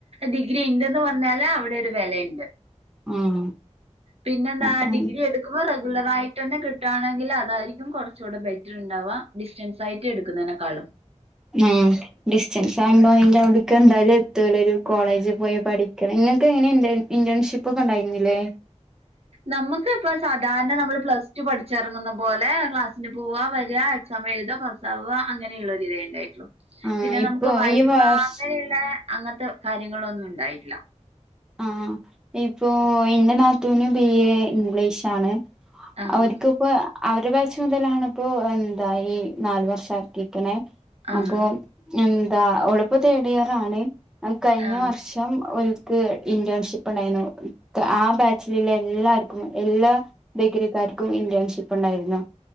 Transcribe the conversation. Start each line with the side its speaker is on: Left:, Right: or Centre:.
Right: ഡിഗ്രി ഉണ്ടെന്ന് പറഞ്ഞാല് അവിടെ ര് വെലയ്ണ്ട്
Centre: ആഹ്
Right: പിന്നെന്താ
Centre: അതാണ്
Right: ഡിഗ്രി എടുക്കുമ്പോ റഗുലർ ആയിട്ടന്നെ കിട്ടുകവാണെങ്കിൽ അതായിരിക്കും കുറച്ചുകൂടെ ബെറ്റർ ഉണ്ടാവുക ഡിസ്റ്റൻസ് ആയിട്ട് എടുക്കുന്നതിനെക്കാളും.
Centre: ഉം. ഡിസ്റ്റൻസ് ആവുമ്പോ അയിന്റെ അവിട്ക്ക് എന്തായാലും എത്തൂലരു കോളേജിൽ പോയി പഠിക്ക്ണ ഇങ്ങക്ക് എങ്ങനെ ഇണ്ട് ഇന്റേൺഷിപ്പ് ഒക്കെ ഇണ്ടായിരുന്നില്ലേ.
Right: നമുക്ക് ഇപ്പോ സാധാരണ നമ്മള് പ്ലസ് ടു പഠിച്ചിറങ്ങുന്ന പോലെ ക്ലാസ്സിന് പോവാ വെര എക്സാം എഴുത ഫ <unintelligible> അങ്ങനളരിതേ ഉണ്ടായിട്ടുള്ളു
Centre: ആഹ്
Right: പിന്നെ
Centre: ഇപ്പൊ
Right: നമുക്ക് വൈവാ
Centre: ഈ വർഷ
Right: അങ്ങനെ പിന്നെ അങ്ങൻത്തെ കാര്യങ്ങളൊന്നും ഉണ്ടായില്ല.
Centre: ആഹ് ഇപ്പോ എന്റെ നാത്തൂന് ബി എ ഇംഗ്ലീഷാണ്.
Right: ആഹ്
Centre: അവര്ക്ക്പ്പോ അ അവരെ ബാച്ച് മുതലാണിപ്പോ എന്താ ഈ നാല് വർഷം ആക്കിക്ക്ണേ
Right: ആഹ്
Centre: അപ്പൊ. എന്താ ഒള് ഇപ്പോ തേർഡ് ഇയർ ആണ് തേടിയാറാണ് കഴിഞ്ഞ
Right: ആഹ്
Centre: വർഷം ഒൽക്ക് ഇന്റേൺഷിപ്പ് ഇണ്ടായിര്ന്നു ആഹ് ബാച്ചില് ഇള്ള എല്ലാർക്കും എല്ലാ ഡിഗ്രിക്കാർക്കും ഇന്റേൺഷിപ്പ് ഇണ്ടായിരുന്നു